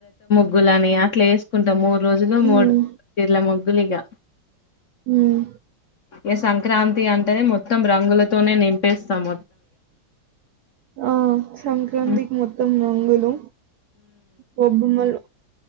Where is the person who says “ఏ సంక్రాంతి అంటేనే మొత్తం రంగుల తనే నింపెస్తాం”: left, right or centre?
Left